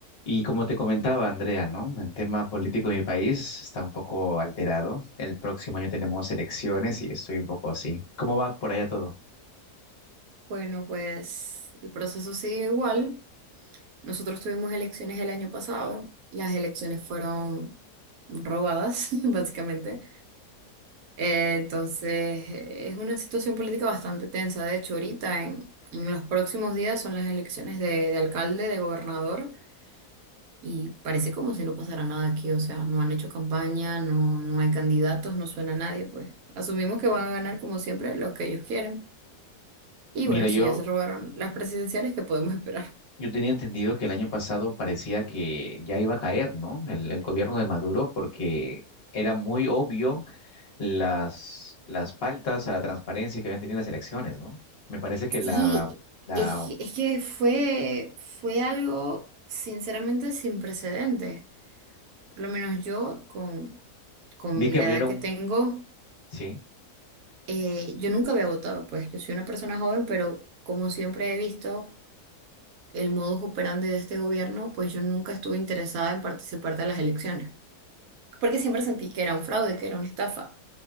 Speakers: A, on the left (about 45°); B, on the right (about 70°).
A: Y como te comentaba, Andrea, ¿no? El tema político de mi país está un poco alterado. El próximo año tenemos elecciones y estoy un poco así. ¿Cómo va por allá todo?
B: Bueno, pues el proceso sigue igual. Nosotros tuvimos elecciones el año pasado. Las elecciones fueron robadas, <laughs> básicamente. Eh, entonces, eh, es una situación política bastante tensa. De hecho, ahorita en, en los próximos días son las elecciones de, de alcalde, de gobernador, y parece como si no pasara nada aquí. O sea, no han hecho campaña, no, no hay candidatos, no suena nadie. Pues asumimos que van a ganar, como siempre, los que ellos quieren. Y
A: Mira,
B: bueno,
A: yo,
B: si ya se robaron las presidenciales, ¿qué podemos <laughs> esperar?
A: yo tenía entendido que el año pasado parecía que ya iba a caer, ¿no? El, el gobierno de Maduro, porque era muy obvio las, las faltas a la transparencia que habían tenido las elecciones, ¿no? Me parece que la,
B: Sí,
A: la,
B: es, es que fue, fue algo sinceramente sin precedentes. Por lo menos yo, con, con
A: vi que
B: la
A: abrieron,
B: edad que tengo,
A: sí,
B: eh, yo nunca había votado, pues yo soy una persona joven, pero como siempre he visto el modus operandi de este gobierno, pues yo nunca estuve interesada en participar de las elecciones, porque siempre sentí que era un fraude, que era una estafa.